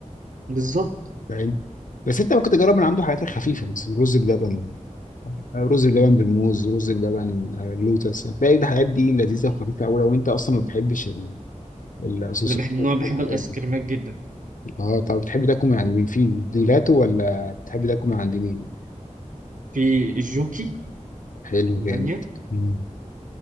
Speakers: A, on the right (about 80°); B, on the left (about 80°).
A: بالظبط
B: فاهم بس انت ممكن تجرب من عنده حاجات خفيفه بس رز بلبن رز بلبن بالموز رز بلبن آه، لوتس هتلاقي الحاجات دي لذيذه وخفيفه قوي لو انت اصلا ما بتحبش ال- الصوصات
A: أنا بحب نوع
B: والحاجات
A: بحب الآيس
B: دي
A: كريمات جدا
B: اه طب بتحب تاكل من عند مين في دولاته ولا بتحب تاكل من عند مين
A: في الجوكي
B: حلو
A: في المانيا
B: جامد مم.